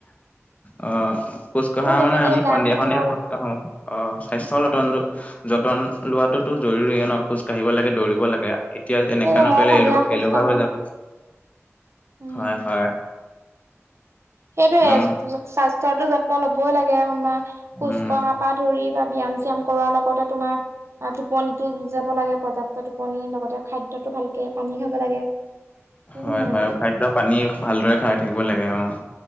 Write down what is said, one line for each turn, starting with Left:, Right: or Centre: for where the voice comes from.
Left: অ', খোজ কঢ়া
Right: মোৰ বেছিকে
Left: মানে আমি
Right: গান
Left: সন্ধিয়া
Right: শুনো
Left: সন্ধিয়া
Right: আৰু।
Left: খোজ কাঢ়ো। অ', স্বাস্থ্য যতন' যতন লোৱাটোতো জৰুৰী ন খোজ কাঢ়িব লাগে দৌৰিব লাগে এতিয়া এনেকা
Right: সেইটো
Left: নকৰিলে
Right: ময়ো সন্ধিয়া
Left: এ
Right: খোজ
Left: এলোহা
Right: কাঢ়ো
Left: হৈ যাম।
Right: উম,
Left: হয়, হয়।
Right: সেইটোয়ে
Left: একদম
Right: স্বাস্থ্যৰতো যত্ন লবই লাগে কোনবা খোজ
Left: উম
Right: কঢ়া পা ধৰি বা ব্যায়াম চিয়াম কৰাৰ লগতে তোমাৰ টোপনি টো যাব লাগে পৰ্যাপ্ত টোপনি লগতে খাদ্যতটো ভালকে পানী খাব লাগে। সেইখিনি
Left: হয়,
Right: আৰু
Left: হয় খাদ্যয় পানী ভালদৰে খাই থাকিব লাগে অ'।